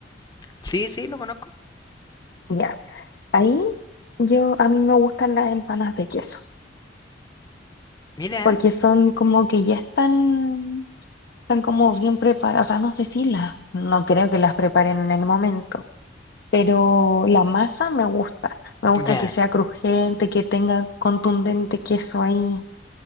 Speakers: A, on the left; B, on the left.
A: Sí, sí, lo conozco.
B: Ya. Ahí yo, a mí me gustan las empanas de queso.
A: Mira,
B: Porque son como que ya están. están como bien preparadas, o sea, no sé si las, no creo que las preparen en el momento, pero la masa me gusta, me gusta
A: ya.
B: que sea crujiente, que tenga contundente queso ahí